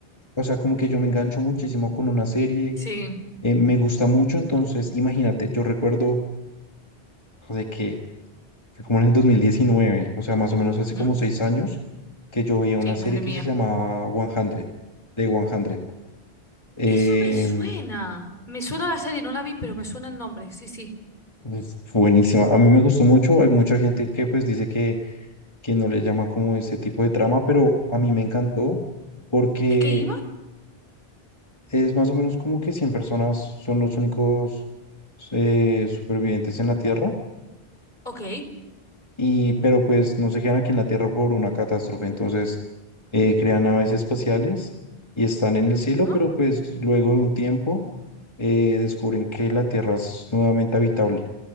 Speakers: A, on the left (about 25°); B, on the left (about 50°).
A: o sea, como que yo me engancho muchísimo con una serie,
B: sí.
A: eh, me gusta mucho, entonces, imagínate, yo recuerdo de que, que como en el 2019, o sea, más o menos hace
B: Ujú.
A: como seis años, que yo veía una
B: Sí,
A: serie
B: madre
A: que
B: mía.
A: se llamaba 100, de 100.
B: Eso me suena. Me suena la serie, no la vi, pero me suena el nombre. Sí, sí.
A: Es buenísima. A mí me gustó mucho. Hay mucha gente que pues dice que, que no le llama como ese tipo de trama, pero a mí me encantó porque
B: ¿De qué iba?
A: es más o menos como que 100 personas son los únicos eh, supervivientes en la Tierra,
B: Ok.
A: y, pero pues no se quedan aquí en la Tierra por una catástrofe. Entonces eh, crean naves espaciales y están en el cielo,
B: ¿No?
A: pero pues luego de un tiempo eh, descubren que la Tierra es nuevamente habitable.